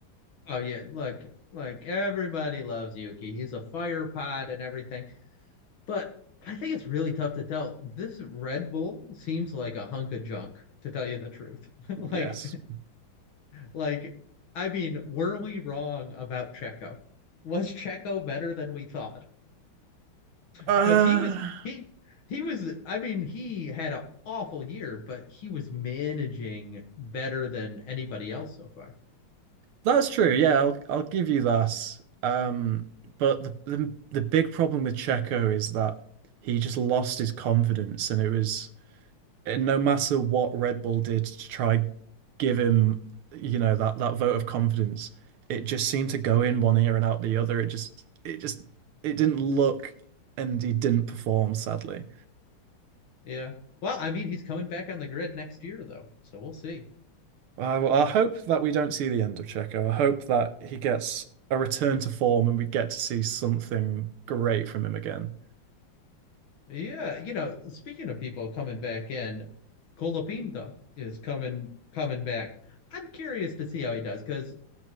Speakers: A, on the left; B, on the right.
A: Oh yeah, look, like everybody loves Yuki. He's a fire pod and everything. But I think it's really tough to tell. This Red Bull seems like a hunk of junk, to tell you the truth. <laughs> like,
B: Yes.
A: like, I mean, were we wrong about Checo? Was Checo better than we thought?
B: Uh,
A: Because he was he he was I mean, he had an awful year, but he was managing better than anybody else so far.
B: That's true. Yeah, I'll I'll give you that. Um, but the, the the big problem with Checo is that he just lost his confidence, and it was and no matter what Red Bull did to try give him, you know, that that vote of confidence, it just seemed to go in one ear and out the other. It just it just it didn't look, and he didn't perform, sadly.
A: Yeah. Well, I mean, he's coming back on the grid next year though, so we'll see.
B: Uh, well, I hope that we don't see the end of Checo. I hope that he gets a return to form and we get to see something great from him again.
A: Yeah, you know, speaking of people coming back in, Colapinto is coming coming back. I'm curious to see how he does because